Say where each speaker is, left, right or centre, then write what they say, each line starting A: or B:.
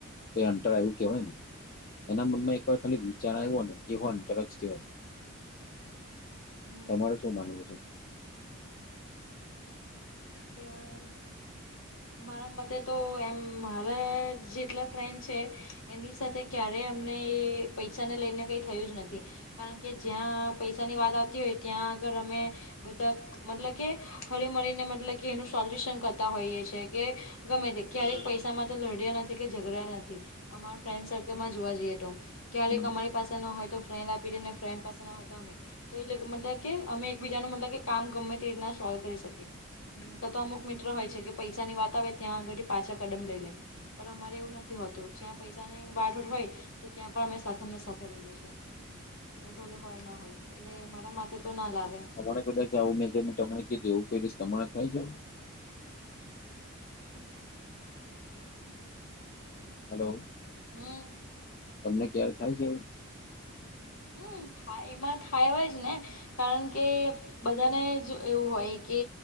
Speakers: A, on the left; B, on the left.
A: તો એન્ટર આવું કેવાય ને. એના મનમાં એક વાર ખાલી વિચાર આવ્યો ને, એવો અંતર જવાય.
B: હમ
A: તમારે શું માનવું છે?
B: એ. મારા મતે તો એમ મારા જેટલા ફ્રેન્ડ છે. એની સાથે ક્યારે અમને એ પૈસાને લઈને કઈ થયું જ નથી. કારણ જ્યાં પૈસાની આવતી હોય, ત્યાં આગળ અમે બધા મતલબ કે, હળ મળીને, મતલબ કે એનું સોલ્યુશન કરતા હોઈએ છે. કે ગમે તે ક્યારેક પૈસામાં તો લડ્યા નથી કે, ઝઘડ્યા નથી. અમા ફ્રેન્ડ સર્કલમાં જોવા જઈએ તો, ક્યારેક
A: હમ
B: અમારી પાસે ન હોય તો. ફ્રેન્ડ આપીઈને ફ્રેન્ડ પાસેના હોય તો અમે તો એ મતલબ કે, અમે એકબીજાનું મતલબ કે, કામ ગમે તે રીતના સોલ્વ કરી શકીએ. કતો અમુક મિત્ર હોય છે કે, વાત આવે, ત્યાં પાછા એકદમ લઇ લે. પણ અમારે એવું નથી હોતું, જ્યાં પૈસાની વાઢોળ હોય. તો ત્યાં પણ અમે સાથે ને સાથે રહીએ છીએ. ભલે હોય ના હોય, એટલે મારા માટેથી તો ના લાવે.
A: તમા કાચ જાવું ને, જે તમને ક એવું કઈ રશ તમારે થાય જેવું.
B: <unintelligible>
A: હલો.
B: હા.
A: તમને ક્યારે થાય છે, એવું?
B: હમ્મ થાય, એમાં થાય, એવા જ ને કારણ કે બધાને જ એવું હોય કે,